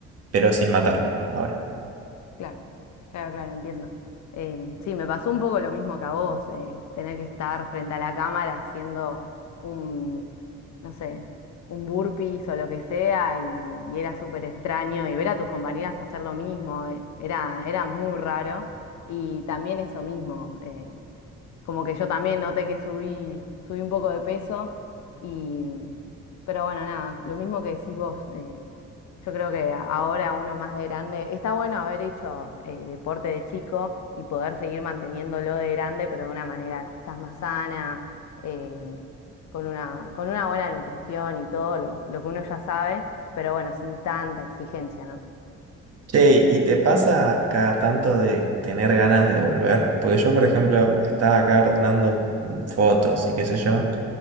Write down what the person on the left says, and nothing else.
Claro, claro, claro, entiendo. Em, sí, me pasó un poco lo mismo que a vos, eh, tener que estar frente a la cámara haciendo un, no sé, un burpees o lo que sea, y, y era súper extraño, y ver a tus compañeras hacer lo mismo, eh, era, era muy raro, y también eso mismo. eh, Como que yo también noté que subí, subí un poco de peso y, pero bueno, nada, lo mismo que decís vos, eh, yo creo que a- ahora uno más de grande, está bueno haber hecho eh, deporte de chico y poder seguir manteniéndolo de grande, pero de una manera quizás más sana, em, con una, con una buena nutrición y todo lo, lo que uno ya sabe, pero bueno, sin tanta exigencia, ¿no?